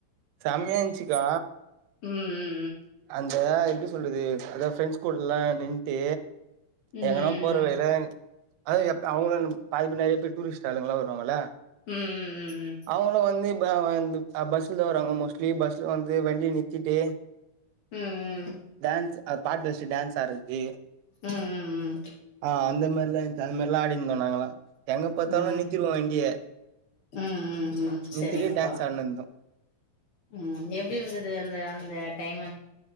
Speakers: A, on the right; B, on the left.
A: செமைய இருந்திச்சிகா
B: ம்
A: அந்த எப்டி சொல்றது அதா ஃபிரண்ட்ஸ் கூடல்லாம் நின்னுட்டு
B: ம் ம்
A: எங்கன்னா ஃபோர் வே ல அத அப்ப அவுங்க பாதி நிறைய பேரு டூரிஸ்ட் ஆளுங்களா வருவாங்கல
B: ம் ம்
A: அவங்கள வந்து அ வந்து அ பஸ்ல வரவங்க மோஸ்ட்லி பஸ்ல வந்து வண்டிய நறுத்திட்டு
B: ம் ம்
A: டான்ஸ் அ பாட்டு வச்சு டான்ஸ் ஆடுறது
B: ம் ம்
A: ஆ அந்த மாரி தா இருந்து அந்த மா நல்லா ஆடிந்தோம் நாங்கலாம் எங்க பாத்தாலு
B: ம் ம் ம்
A: நிறுத்திருவோ
B: ம் ம் ம் ம்
A: வண்டிய
B: ம் ம்
A: நீ
B: சரிங்கப்பா
A: திடிர் டான்ஸ் ஆடனு இருந்தோ
B: ம் எப்டி இருந்தது அந்த அந்த டைமு